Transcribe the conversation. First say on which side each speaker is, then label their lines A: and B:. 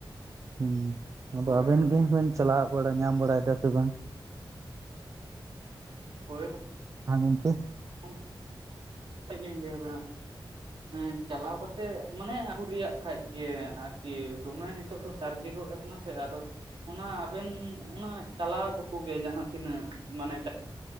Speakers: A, on the right (about 35°); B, on the right (about 80°).
A: ᱦᱩᱸ ᱟᱫᱚ
B: ᱦᱳᱭ
A: ᱟᱵᱮᱱ
B: ᱦᱳᱭ
A: ᱜᱮ ᱪᱟᱞᱟᱣ ᱵᱟ ᱧᱟᱢ ᱵᱟᱲᱟᱭ ᱫᱟ ᱥᱮ ᱵᱟᱝ?
B: ᱦᱳᱭ ᱜᱚ
A: ᱦᱟ ᱜᱚᱝᱠᱮ᱾
B: <inaudible> ᱛᱮᱫ ᱞᱤᱧ ᱞᱟᱹᱭᱟ ᱵᱮᱱᱟ ᱮ ᱪᱟᱞᱟᱣ ᱠᱟᱛᱮᱜ ᱢᱟᱱᱮ ᱟᱹᱜᱩ ᱨᱮᱭᱟᱜ ᱠᱷᱟᱡ ᱜᱮ ᱟᱨᱠᱤ ᱫᱚᱢᱮ ᱱᱤᱛ ᱛᱚᱜ ᱫᱚ ᱥᱟᱹᱨᱫᱤ ᱜᱚᱫ ᱟᱠᱟᱱᱟ ᱥᱮ ᱟᱫᱚ ᱚᱱᱟ ᱟᱵᱮᱱ ᱚᱱᱟ ᱪᱟᱞᱟᱣ ᱴᱩᱠᱩ ᱜᱮ ᱡᱟᱦᱟᱸ ᱛᱤᱱᱟᱹᱜ ᱢᱟᱱᱮ ᱴᱟᱭ